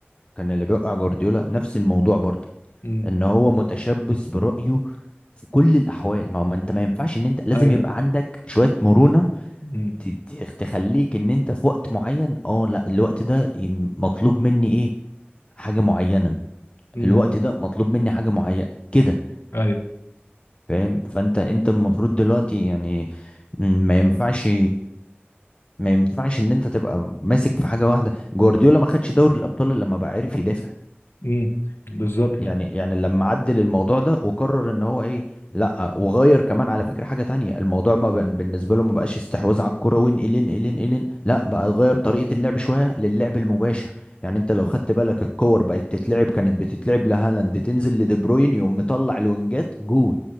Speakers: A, on the left (about 25°); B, on the left (about 70°).
A: كان اللي بيوقع جوارديولا نفس الموضوع برضه
B: مم.
A: ان هو متشبث برأيه في كل الاحوال ما هو ما انت ما ينفعش ان انت لازم
B: ايوه
A: يبقى عندك شوية مرونة
B: مم.
A: ت- ت- تخليك ان انت في وقت معين اه لا الوقت ده يم- مطلوب مني ايه حاجة معينة
B: مم.
A: الوقت ده مطلوب مني حاجة معينة كده
B: ايوه
A: فاهم فانت انت المفروض دلوقتي يعني م- ما ينفعش ما ينفعش ان انت تبقى ماسك في حاجة واحدة جوارديولا ما خدش دوري الابطال الا لما بقى عارف يدافع
B: مم. بالظبط
A: يعني يعني لما عدل الموضوع ده وقرر ان هو ايه لا وغير كمان على فكرة حاجة تانية الموضوع ما بقى- بالنسبة له ما بقاش استحواذ على الكرة وين الين الين الين لا بقى غير طريقة اللعب شوية للعب المباشر يعني انت لو خدت بالك الكور بقت تتلعب كانت بتتلعب لهالاند تنزل لدي بروين يقوم مطلع الوينجات جون